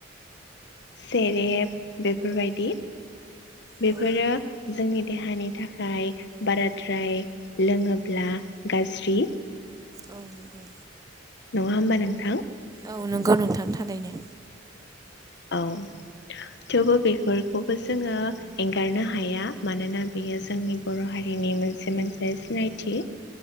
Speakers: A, on the left; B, on the right.
A: सेरेब बेफोरबायदि बेफोरो
B: औ
A: जोंनि देहानि थाखाय बाराद्राय लोंङोब्ला गाज्रि।
B: औ नंगौ।
A: नङा होमबा नोंथां?
B: औ नोंगौ नोंथां थारैनो।
A: औ थेवबो बेफोरखौबो जोंङो एंगारनो हाया मानोना बेयो जोंनि बर' हारिनि मोनसे मोनसे सिनायथि।